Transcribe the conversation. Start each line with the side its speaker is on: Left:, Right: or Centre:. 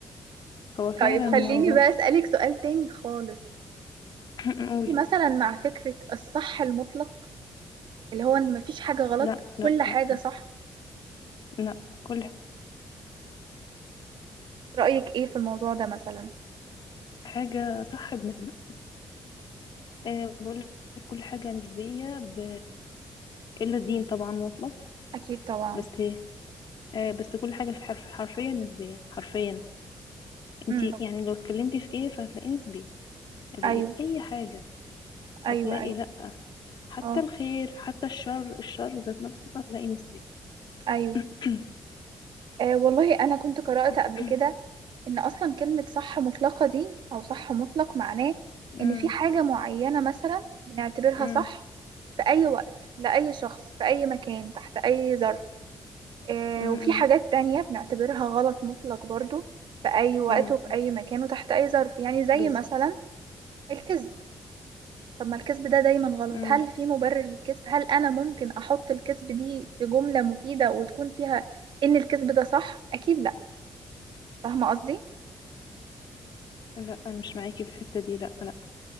Left: هو فعلا
Right: طيب خليني
Left: الموضوع
Right: بقى
Left: <laughs>
Right: اسألك سؤال تاني خالص
Left: <clears throat> قولي
Right: مثلا مع فكرة الصح المطلق اللي هو ان مفيش حاجة غلط
Left: لا لا
Right: كل حاجة
Left: لا لا
Right: صح
Left: لا كل
Right: رأيك ايه في الموضوع ده مثلا
Left: حاجة صح بنسبة أه بقول لك كل حاجة نسبية ب... إلا الدين طبعا مطلق
Right: اكيد طبعا
Left: بس إيه؟ آه، بس كل حاجة في حرف حرفيا نسبية حرفيا انتي
Right: امم
Left: يعني لو اتكلمتي في ايه فهتلاقيه نسبي ال-
Right: ايوه
Left: اي حاجة هتلاقي
Right: ايوه ايوه
Left: لا حتى
Right: اه
Left: الخير حتى الشر الشر ذات نفسه فهتلاقي نسبي
Right: ايوه
Left: <coughs>
Right: آه والله انا كنت قرأت
Left: <clears throat>
Right: قبل كده ان اصلا كلمة صح مطلقة دي او صح مطلق معناه
Left: مم،
Right: ان في حاجة معينة مثلا بنعتبرها
Left: مم،
Right: صح في اي وقت لأي شخص في اي مكان تحت اي ظرف آه،
Left: مم،
Right: وفي
Left: مم،
Right: حاجات تانية بنعتبرها غلط مطلق برضو في أي وقت
Left: مم.
Right: وفي أي مكان وتحت أي ظرف يعني زي
Left: بز...
Right: مثلا الكذب طب ما الكذب ده دايما غلط
Left: مم.
Right: هل في مبرر للكذب هل أنا ممكن أحط الكذب دي في جملة مفيدة وتكون فيها إن الكذب ده صح أكيد لأ فاهمة قصدي
Left: لا انا مش معاكي في الحتة دي لا لا